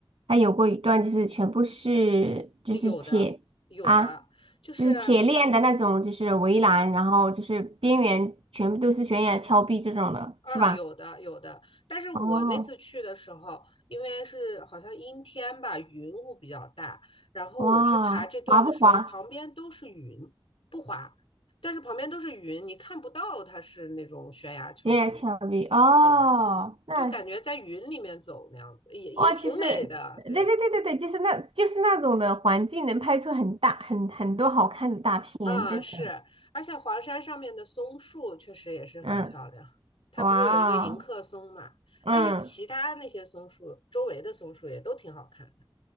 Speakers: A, on the right; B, on the left.
A: 它有过一段就是全部是就是铁啊，
B: 有的，有的，就是，
A: 就是铁链的那种，就是围栏，然后就是边缘全部都是悬崖峭壁这种的，
B: 嗯，
A: 是吧？
B: 有的，有的。但是我那次去的时候，
A: 哦，
B: 因为是好像阴天吧，云雾比较大，然后我去爬这段的时候，
A: 哇，滑不滑？
B: 旁边都是云，不滑，但是旁边都是云，你看不到它是那种悬崖峭壁。
A: 悬崖峭壁，哦，
B: 嗯，
A: 那
B: 就感觉在云里面走那样子，也也挺美的。
A: 哇，其实，对对对对对，
B: 对，
A: 就是那，就是那种的环境能拍出很大、很很多好看的大片，
B: 啊，
A: 真的。
B: 是，而且黄山上面的松树确实也是很漂亮。
A: 嗯，
B: 它不是有一个迎客松嘛？
A: 哇，嗯，
B: 但是其他那些松树，周围的松树也都挺好看的。